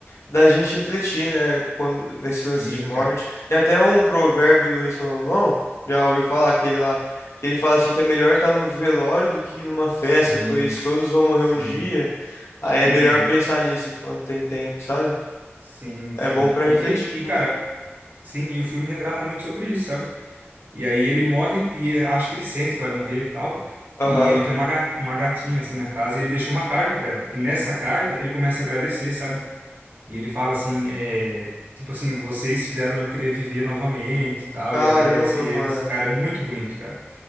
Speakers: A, on the left (about 80°); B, on the right (about 45°).
A: da gente refletir, né, quando nesse lance
B: Sim,
A: de morte.
B: cara.
A: Tem até um provérbio do rei Salomão, já ouviu falar aquele lá, que ele fala assim que é melhor estar no velório do que numa festa,
B: Sim,
A: pois todos vão morrer
B: sim.
A: um dia. Aí
B: Uhum.
A: é melhor pensar nisso enquanto tem tempo, sabe?
B: Sim, sim.
A: É bom pra refletir.
B: E, e, e, cara,
A: muito.
B: sim, e o filme retrata muito sobre isso, sabe? E aí ele morre e acho que ele sente que vai morrer e tal.
A: Aham.
B: E ele tem uma, ga- uma gatinha, assim, na casa e ele deixa uma carta pra ela. E nessa carta ele começa a agradecer, sabe? E ele fala assim, é, tipo assim, vocês fizeram eu querer viver novamente e tal,
A: Caramba,
B: e agradece eles.
A: mano.
B: Cara, é muito bonito, cara.